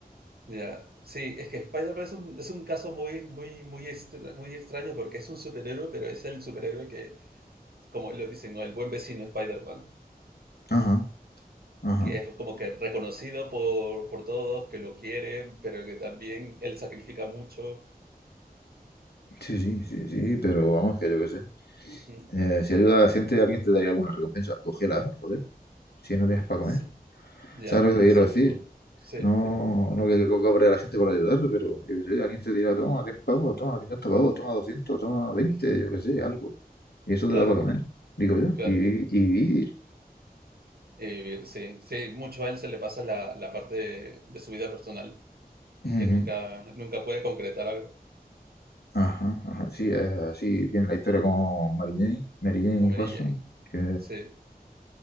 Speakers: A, on the right; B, on the left.
A: ya. Sí, es que Spider-Man es un es un caso muy muy muy extra muy extraño porque es un superhéroe, pero es el superhéroe que, como él lo dice, ¿no? El buen vecino Spider-Man,
B: Ajá, ajá.
A: que es como que reconocido por por todos, que lo quieren, pero que también él sacrifica mucho.
B: Sí, sí, sí, sí,
A: Mm,
B: pero vamos, que yo qué sé.
A: ujú,
B: Eh, si ayuda a la gente, alguien te daría alguna recompensa. Cógela, joder, si no tienes para comer.
A: sí, ya,
B: ¿Sabes lo que
A: eso
B: te quiero decir?
A: mismo. Sí,
B: No, no que, que cobre a la gente por ayudarle, pero yo qué sé, alguien te dirá, toma 10 pavos, toma 50 pavos, toma doscientos toma veinte
A: ujú,
B: yo qué sé, algo. Y eso
A: claro,
B: te da para comer, digo yo,
A: claro.
B: y, vi- y vivir.
A: Eh, sí, sí, mucho a él se le pasa la la parte de de su vida personal.
B: Ujú.
A: que nunca, nunca puede concretar algo
B: Ajá, ajá, sí, eh, así tiene la historia como Mary Jane, Mary Jane
A: con Mary
B: Watson,
A: Jane.
B: que,
A: Sí,